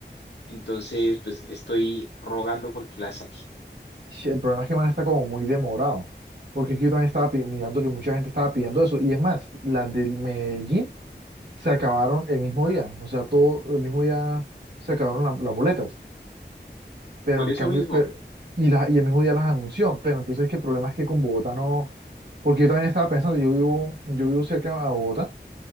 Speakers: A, on the left (about 70°); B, on the right (about 60°).
A: Entonces, pues estoy rogando porque la saque.
B: Sí, El problema es que man está como muy demorado, porque es que yo también estaba pi- mirando que mucha gente estaba pidiendo eso. Y es más, las del Medellín. se acabaron el mismo día, o sea, todo el mismo día se acabaron la- las boletas, pero
A: Por
B: en
A: eso
B: cambio,
A: mismo,
B: pe- y, la- y el mismo día las anunció, pero entonces que el problema es que con Bogotá no, porque yo también estaba pensando, yo vivo, yo vivo cerca a Bogotá,